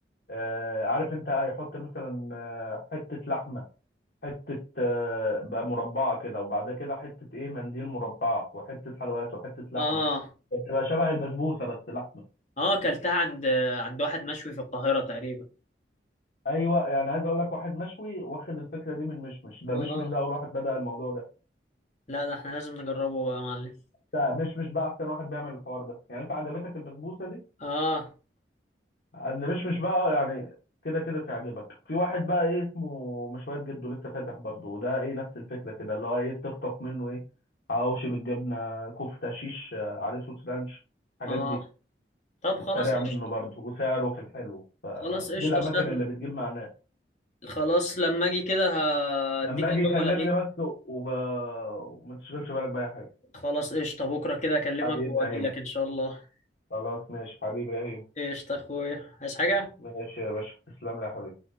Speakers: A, on the left (about 65°); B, on the left (about 40°).
A: آه، عارف انت هيحط مثلا آه، حتة لحمة حتة آه، بقى مربعة كده وبعدها كده حتة ايه منديل مربعة وحتة حلويات وحتة لحمة
B: اه
A: بتبقى شبه البسبوسة بس لحمة
B: اه اكلتها عند عند واحد مشوي في القاهرة تقريبا
A: ايوه يعني عايز اقول لك واحد مشوي واخد الفكرة دي من مشمش ده
B: اه
A: مشمش ده اول واحد بدأ الموضوع ده
B: لا ده احنا لازم نجربه بقى يا معلم
A: ده مشمش بقى احسن واحد بيعمل الحوار ده يعني انت عجبتك البسبوسة دي
B: اه
A: اللي مش مش بقى آه، يعني كده كده تعجبك في واحد بقى ايه اسمه مشويات جدو لسه فاتح برضه وده ايه نفس الفكره كده اللي هو ايه تخطف منه ايه حواوشي بالجبنه كفته شيش آه، عليه صوص رانش الحاجات
B: اه
A: دي
B: طب
A: السريع
B: خلاص
A: منه
B: قشطة
A: برضه وسعره في الحلو فدي
B: خلاص قشطة
A: الاماكن
B: سهلة
A: اللي بتجيب مع الناس
B: خلاص لما اجي كده هديك
A: لما اجي
B: الو
A: كلمني
B: ولا غير
A: بس و... و- وما تشغلش بالك باي حاجه
B: خلاص قشطة بكرة كده اكلمك
A: حبيبي
B: واجيلك
A: يا هيم
B: ان شاء الله
A: خلاص ماشي حبيبي يا هيم
B: ايش اخوي عايز حاجة؟
A: ماشي يا باشا تسلم لي يا حبيبي